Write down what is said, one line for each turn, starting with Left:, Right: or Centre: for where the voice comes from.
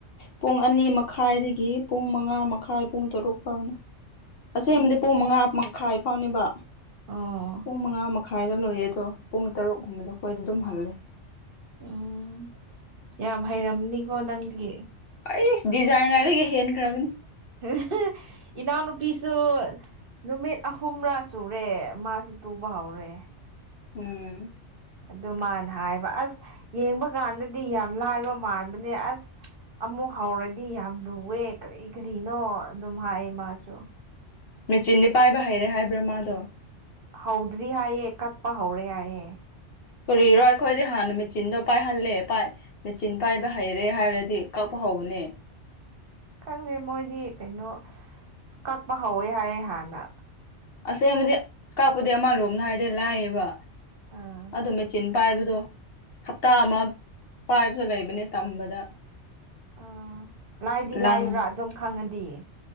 Left: ꯄꯨꯡ ꯑꯅꯤ ꯃꯈꯥꯏꯗꯒꯤ ꯄꯨꯡ ꯃꯉꯥ ꯃꯈꯥꯏ ꯄꯨꯡ ꯇꯔꯨꯛ ꯐꯥꯎ ꯑꯃ ꯑꯁꯦꯡꯕꯗꯤ
Right: ꯑꯩ
Left: ꯄꯨꯡ ꯃꯉꯥ ꯃꯈꯥꯏ ꯐꯥꯎꯅꯦꯕ
Right: ꯑꯣ
Left: ꯄꯨꯡ ꯃꯉꯥ ꯈꯥꯥꯏꯗ ꯂꯣꯏꯌꯦ ꯑꯗꯣ ꯄꯨꯡ ꯇꯔꯨꯛꯀꯨꯝꯕꯗ ꯑꯩꯈꯣꯏꯗ ꯑꯗꯨꯝ ꯍꯜꯂꯦ꯫
Right: ꯎꯝ ꯌꯥꯝ ꯍꯩꯔꯝꯅꯤꯀꯣ ꯅꯪꯗꯤ꯫
Left: ꯑꯩꯁ ꯗꯤꯖꯥꯏꯟꯅꯔꯗꯒ ꯍꯦꯟꯈ꯭ꯔꯕꯅꯤ꯫
Right: <unintelligible> ꯏꯅꯥꯎꯅ ꯅꯨꯄꯤꯁꯨ ꯅꯨꯃꯤꯠ ꯑꯍꯨꯝꯂꯛ ꯁꯨꯔꯦ ꯃꯥꯁꯨ ꯇꯨꯕ ꯍꯧꯔꯦ꯫
Left: ꯎꯝ
Right: ꯑꯗꯨ ꯃꯥꯅ ꯍꯥꯏꯌꯦꯕ ꯑꯁ ꯌꯦꯡꯕ ꯀꯥꯟꯗꯗꯤ ꯌꯥꯝ ꯂꯥꯏꯕ ꯃꯥꯟꯕꯅꯦ ꯑꯁ ꯑꯃꯨꯛ ꯍꯥꯎꯔꯗꯤ ꯌꯥꯝ ꯂꯨꯑꯦ ꯀꯔꯤ ꯀꯔꯤꯅꯣ ꯑꯗꯨꯝ ꯍꯥꯏꯌꯦ ꯃꯥꯁꯨ꯫
Left: ꯃꯦꯆꯤꯟꯗꯤ ꯄꯥꯏꯕ ꯍꯩꯔꯦ ꯍꯥꯏꯕ꯭ꯔꯥ ꯃꯥꯗꯣ꯫
Right: ꯍꯧꯗ꯭ꯔꯤ ꯍꯥꯏꯌꯦ ꯀꯛꯄ ꯍꯧꯔꯦ ꯍꯥꯏꯌꯦ꯫
Left: ꯀꯨꯔꯤꯔꯣ ꯑꯩꯈꯣꯏꯗꯤ ꯍꯥꯟꯅ ꯃꯦꯆꯤꯟꯗꯣ ꯄꯥꯏꯍꯜꯂꯦ ꯄꯥꯏ ꯃꯦꯆꯤꯟ ꯄꯥꯏꯕ ꯍꯩꯔꯦ ꯍꯥꯏꯔꯗꯤ ꯀꯛꯄ ꯍꯧꯕꯅꯦ꯫
Right: ꯈꯪꯗꯦ ꯃꯣꯏꯗꯤ ꯀꯩꯅꯣ ꯀꯛꯄ ꯍꯧꯋꯦ ꯍꯥꯏꯌꯦ ꯍꯥꯟꯅ꯫
Left: ꯑꯁꯦꯡꯕꯗꯤ ꯀꯥꯞꯄꯗꯤ ꯑꯃꯂꯣꯝꯗ ꯍꯥꯏꯔꯗꯤ ꯂꯥꯏꯌꯦꯕ꯫
Right: ꯎꯝ
Left: ꯑꯗꯨ ꯃꯦꯆꯤꯟ ꯄꯥꯏꯕꯗꯣ ꯍꯞꯇꯥ ꯑꯃ ꯄꯥꯏꯕꯗ ꯂꯩꯕꯅꯦ ꯇꯝꯕꯗ꯫
Right: ꯑꯣ ꯂꯥꯏꯗꯤ
Left: ꯂꯪ
Right: ꯂꯥꯏꯕ꯭ꯔꯥ ꯑꯗꯨꯝ ꯈꯪꯉꯗꯤ꯫